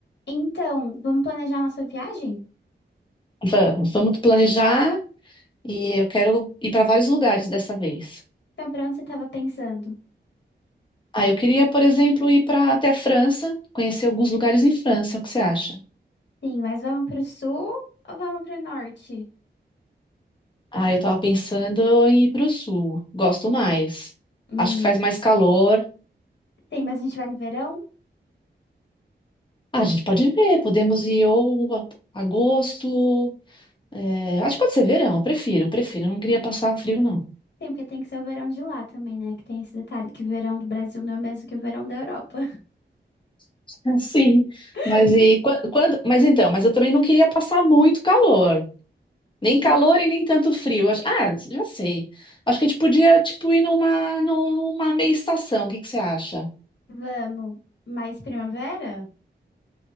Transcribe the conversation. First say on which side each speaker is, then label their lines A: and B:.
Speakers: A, on the left; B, on the left.
A: Então, vamos planejar nossa viagem?
B: Vamos, vamos planejar e eu quero ir para vários lugares dessa vez.
A: Então, pra onde você estava pensando?
B: Ah, eu queria, por exemplo, ir para até a França, conhecer alguns lugares em França. O que você acha?
A: Sim, mas vamos pro sul ou vamos pro norte?
B: Ah, eu estava pensando em ir para o sul. Gosto mais.
A: Hum,
B: Acho que faz mais calor.
A: tem, mas a gente vai no verão?
B: Ah, a gente pode ver. Podemos ir ou a- agosto. é, acho que pode ser verão. Eu prefiro, prefiro. Eu não queria passar frio, não.
A: Tem, porque tem que ser o verão de lá também, né? Que tem esse detalhe que o verão do Brasil não é o mesmo que o verão da Europa.
B: <laughs> Ah, Sim,
A: <laughs>
B: mas e quan- quando? Mas então, mas eu também não queria passar muito calor. Nem calor
A: Em-
B: e nem tanto frio. Acho- Ah, já sei. Acho que a gente podia, tipo, ir numa, num- numa meia estação. O que que você acha?
A: Vamos. Mais primavera?